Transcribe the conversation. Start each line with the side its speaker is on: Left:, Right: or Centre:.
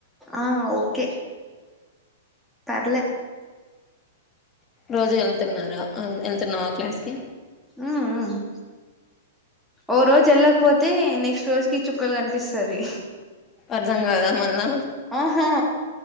Centre: ఆ ఓకే పర్లే
Left: రోజు వెళ్తున్నారా అ వెళ్తున్నావా ఓ క్లాస్ కి
Centre: అ అ ఒ రోజు ఎలాకి పోతే తే నెక్స్ట్ రోజు కి చుక్కలు కనిపిస్తుది
Left: అర్థం కాదా మళ్ళా
Centre: ఆహా